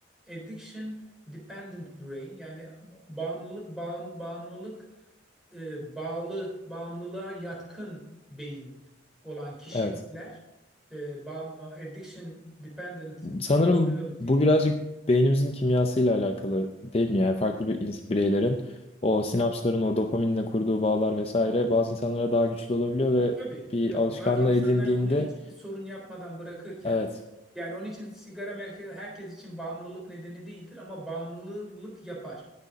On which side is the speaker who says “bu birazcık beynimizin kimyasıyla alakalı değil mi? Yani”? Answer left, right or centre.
Left